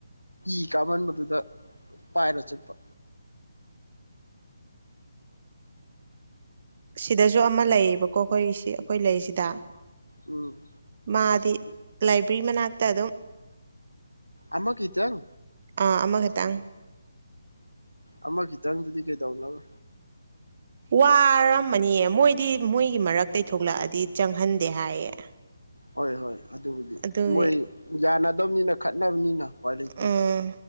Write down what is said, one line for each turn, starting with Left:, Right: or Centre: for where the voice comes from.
Left: ꯏ ꯀꯥꯃꯟꯕꯗꯨꯗ ꯄꯥꯏꯔ ꯆꯠꯄ
Right: ꯁꯤꯗꯖꯨ ꯑꯃ ꯂꯩꯌꯦꯕꯀꯣ ꯑꯈꯣꯏ ꯁꯤ ꯑꯈꯣꯏ ꯂꯩꯁꯤꯗ
Left: ꯎꯝ
Right: ꯃꯥꯗꯤ ꯂꯥꯏꯕ꯭ꯔꯤ ꯃꯅꯥꯛꯇ ꯑꯗꯨꯝ
Left: ꯑꯃꯈꯤꯇꯪ
Right: ꯑꯥ ꯑꯃꯈꯇꯪ
Left: ꯑꯃ ꯒꯤꯇꯪꯗꯨꯗꯤ ꯀꯩꯗꯧꯅꯕ
Right: ꯋꯥꯔꯝꯃꯅꯤꯌꯦ ꯃꯣꯏꯗꯤ ꯃꯣꯏꯒꯤ ꯃꯔꯛꯇꯩ ꯊꯣꯛꯂꯛꯑꯗꯤ ꯆꯪꯍꯟꯗꯦ ꯍꯥꯏꯌꯦ
Left: ꯍꯣꯏ ꯍꯣꯏ ꯑꯗꯨꯕꯨꯗꯤ
Right: ꯑꯗꯨꯒꯤ
Left: ꯃꯣꯏ ꯌꯥꯅꯗꯕꯅꯤꯅ ꯈꯠꯅꯕꯅꯤꯅ ꯎꯄꯥꯏꯂꯩꯇꯦ
Right: ꯎꯝ